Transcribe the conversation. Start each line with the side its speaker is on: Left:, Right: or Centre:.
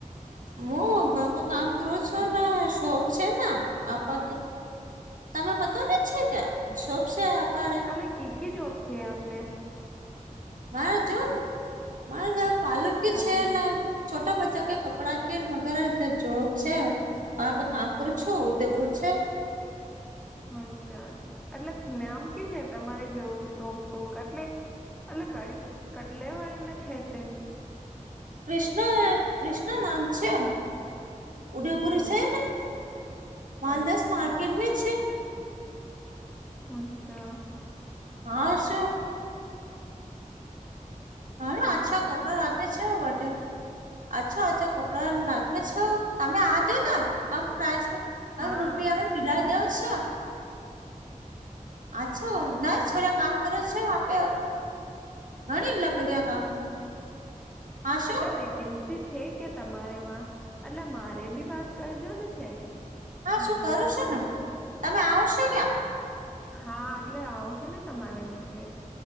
Right: હું ઘર કો કામ કરું છું ને શોપ છે ન. આપા કે તમે પતા ને છે કે સોપશે અપારે
Centre: એટલે કે ક જોબ છે આપે
Right: મારા જોબ મારા પાલક
Centre: થારે
Right: છે ને છોટા બચ્ચા કે કપડા કેન વગેરે જે જોબ છે. હ આપ કામ કરું છો ઉદયપુર છે.
Centre: અચ્છા એટલે નામ કે છે તમારે જોવું શોપકોક એટલે એટ ક કટલે વાળી મે છે તે
Right: ક્રિષ્ના ક્રિષ્ના નામ છે. ઉડયપુર
Centre: અ
Right: છે માલદાસ
Centre: અચ્છા
Right: માર્કેટ છે.
Centre: અચ્છા.
Right: હા શું. હારો
Centre: અચ્છા
Right: આછા કપડા રાખે છે વટે અચ્છા અચ્છા કપડા રાખે છો તમે આ જો ના કમ પ્રાઇસ મેં હમ
Centre: હા
Right: રૂપિયા હોઈ દિલાય દેવસો અચ્છો ના છોડા કામ કરો છો વા પે મળીન લકડીયા કામ હા શું
Centre: અટલે વેકેન્સી છે કે તમારે વા એટલે મારે બી વાત કરજો ને છે.
Right: હા
Centre: મારી
Right: શું કરું
Centre: બી
Right: સુ ને તમે આવશો ક્યાં
Centre: હા એટલે આવશે ને તમારે ઓટલે